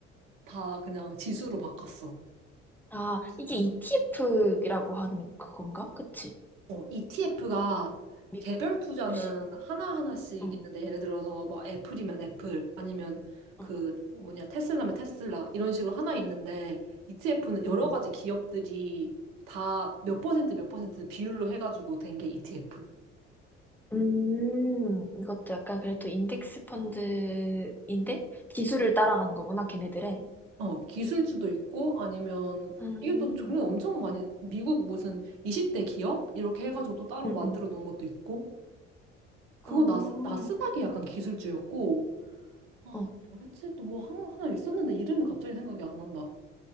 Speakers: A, on the right (about 65°); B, in the centre.
A: 다 그냥 지수로 바꿨어.
B: 아
A: 지수
B: 이게
A: 투자.
B: ETF라고 하는 그건가? 그치?
A: 어, ETF가
B: 미국
A: 개별 투자는
B: 주식.
A: 하나하나씩
B: 응,
A: 있는데 예를 들어서 뭐 애플이면 애플 아니면 그
B: 응,
A: 뭐냐 테슬라면 테슬라 이런 식으로 하나 있는데 ETF는 여러
B: 응, 응.
A: 가지 기업들이 다 몇 퍼센트 몇 퍼센트 비율로 해가지고 된 게 ETF.
B: 음, 이것도 약간 그래도 인덱스 펀드인데 지수를 따라가는 거구나, 걔네들의.
A: 어, 기술주도 있고 아니면
B: 음,
A: 이게 또 종류 엄청 많이 미국 무슨 20대 기업 이렇게 해가지고 또 따로
B: 응,
A: 만들어
B: 응.
A: 놓은 것도 있고 그거
B: 어,
A: 나스, 나스닥이 약간 기술주였고 아,
B: 어.
A: 뭐였지? 또 뭐 하나 하나 있었는데 이름이 갑자기 생각이 안 난다.